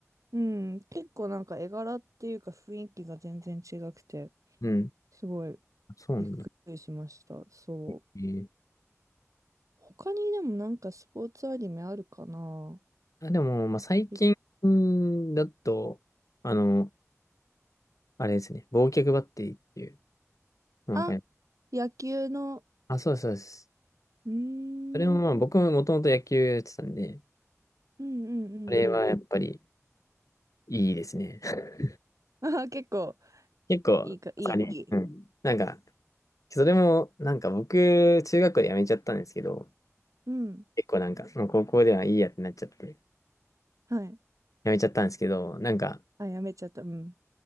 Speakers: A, on the right (about 75°); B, on the left (about 85°).
A: うん、結構なんか絵柄っていうか雰囲気が全然違くて、
B: うん。
A: すごい
B: そうなんだ。
A: びっくりしました。そう。
B: えー
A: 他にでもなんかスポーツアニメあるかな
B: あ、でも、まあ、最近
A: い
B: だと、あの、あれですね、忘却バッテリーっていうのがわかります。
A: あ、野球の、
B: あ、そうですそうです。
A: うーん、
B: それもまあ、僕ももともと野球やってたんで、
A: うんうんうんうん。
B: あれはやっぱり、いいですね。<laughs>
A: <laughs> あ、結構、
B: 結構、
A: いいか、いい。
B: あれ、
A: いい
B: うん。なんか、それも、なんか僕、中学校で辞めちゃったんですけど、
A: うん。
B: 結構なんか、もう高校ではいいやってなっちゃって、辞
A: はい。
B: めちゃったんですけど、なんか、
A: あ、やめちゃった。うん。